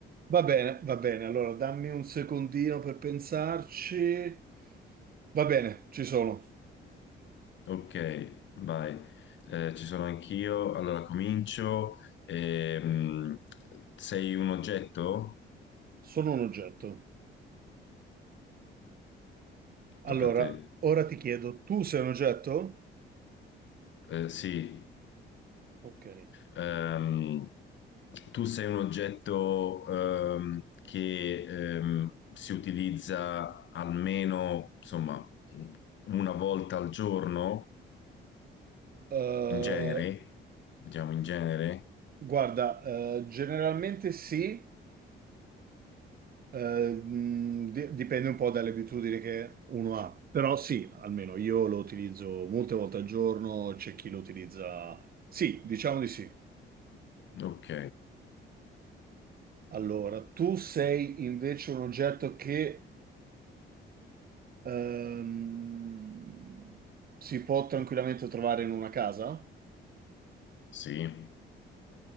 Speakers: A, on the right; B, on the left.
A: Va bene, va bene. Allora, dammi un secondino per pensarci. Va bene, ci sono.
B: Ok, vai. Eh, ci sono anch'io, allora comincio. Ehm, sei un oggetto?
A: Sono un oggetto.
B: Tocca
A: Allora,
B: a te.
A: ora ti chiedo, tu sei un oggetto?
B: Eh, sì,
A: Ok.
B: Ehm, tu sei un oggetto ehm, che ehm, si utilizza almeno, insomma, una volta al giorno,
A: Eh,
B: in genere, diciamo in genere.
A: guarda, eh, generalmente sì, eh, mh, di- dipende un po' dalle abitudini che uno ha, però sì, almeno io lo utilizzo molte volte al giorno, c'è chi lo utilizza. Sì, diciamo di sì.
B: Ok,
A: Allora, tu sei invece un oggetto che ehm, si può tranquillamente trovare in una casa?
B: sì.